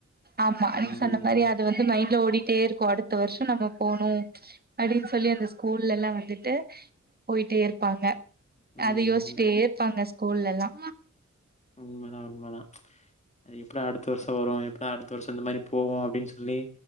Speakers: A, on the right (about 30°); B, on the left (about 25°).
A: ஆமா
B: ம்.
A: நீங்க சொன்ன மரி அது அது வந்து மைண்ட்ல ஓடிட்டே இருக்கும் அடுத்த வர்ஷம் நம்ம போணு அடின் சொல்லி அந்த ஸ்கூல்ல எல்லா வந்துட்டு போயிட்டே இருப்பாங்க
B: ம்.
A: அத யோஸ்ட்டே இருப்பாங்க ஸ்கூல்லலா
B: உண்மதா உண்மதா அது எப்டா அடுத்த வர்சோ வரும் எப்டா அடுத்த வர்சோ இந்த மரி போவோ அப்டின் சொல்லி